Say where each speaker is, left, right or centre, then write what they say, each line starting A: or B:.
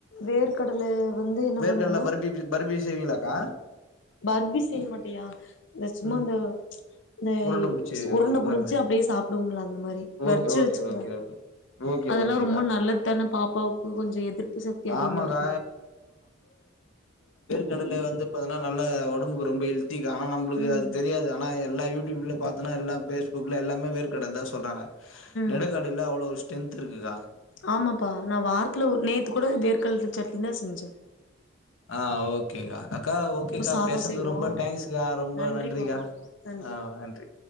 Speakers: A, on the left; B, on the left.
A: வேர்க்கடல வந்து என்ன
B: வேர்க்கடல
A: பண்ணுவனா
B: பர்பி பி பர்பி செய்விங்ளாக்கா
A: பர்பி செய்ய மாட்டியா இந்த சும்மா
B: ம்
A: அந்த இந்த
B: உருண்ட புடிச்சு
A: உரண்ட
B: உருக்குற
A: புடிச்சு
B: மாரி
A: அப்படியே சாப்பிடுவோம்ல அந்த மாரி வரிச்சு
B: ஓகே ஓகே
A: வெச்சுக்குவ
B: ஓகே ஓகே
A: அதெல்லா
B: ஓகேக்கா
A: ரொம்ப நல்லதான பாப்பாக்கு கொஞ்ச எதிர்ப்பு சக்தி அதிகமா
B: ஆமாக்கா
A: இருக்குல
B: கடல வந்து பாத்தனா நல்ல ஒடம்புக்கு ரொம்ப ஹெல் க்கா ஆனா நம்புளுக்கு
A: ம்
B: அது தெரியாது ஆனா எல்லா யூ டி யுப்லா பாத்தனா எல்லா ஃபேஸ்புக்ல எல்லாமே வேர்க்கடலதா சொ ல்றாங்க நெடக்கடலல
A: ம்
B: அவ்ளோ டென்த்ருக்குக்கா
A: ஆமாப்பா நா வாரத்துல ஒரு நேத்துக் கூட வேர்க்கல்ல சட்னி தா செஞ்ச
B: ஆ ஓகேக்கா அக்கா ஓகேக்கா
A: சாதோ
B: பேசன்து
A: செய்வோ
B: ரொம்ப டைங்க்ஸுகா ரொம்ப
A: நன்றிப்பா
B: நன்றிக்கா
A: நன்றி நன்றி
B: ஆ நன்றி